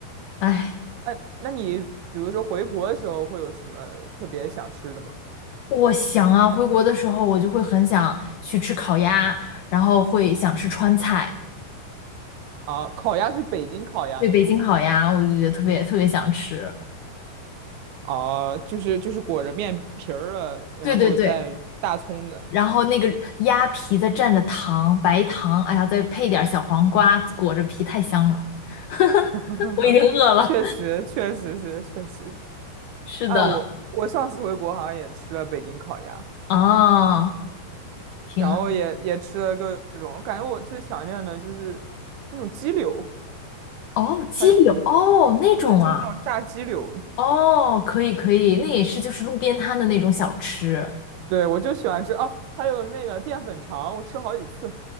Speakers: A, on the left; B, on the right.
A: 哎，
B: 哎，那你比如说回国的时候会有什么特别想吃的吗？
A: 我想啊，回国的时候我就会很想去吃烤鸭，然后会想吃川菜，
B: 啊，烤鸭是北京烤鸭那种吗？
A: 对，北京烤鸭，我就觉得特别特别想吃。
B: 啊，就是就是裹着面皮儿的，然后带大葱的。
A: 对对对，然后那个鸭皮再蘸着糖，白糖，哎呀，再配点儿小黄瓜，裹着皮，太香了。
B: <laughs>
A: <laughs> 我已经饿了。
B: 确实，确实是，确实。
A: 是的，
B: 啊，我我上次回国好像也吃了北京烤鸭，
A: 啊。挺啊，
B: 然后也也吃了各种，我感觉我最想念的就是那种鸡柳，
A: 哦，鸡柳，
B: 还有嗯，
A: 哦，那种啊，
B: 对，就那种炸鸡柳，
A: 哦，可以可以，那也是就是路边摊的那种小吃。
B: 对，我就喜欢吃哦，还有那个淀粉肠，我吃好几次。